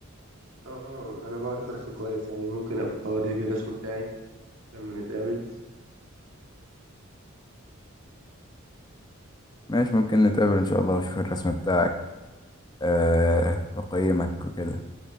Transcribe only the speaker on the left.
ماشي ممكن نتقابل ان شاء الله واشوف الرسم بتاعك آه واقيمك وكده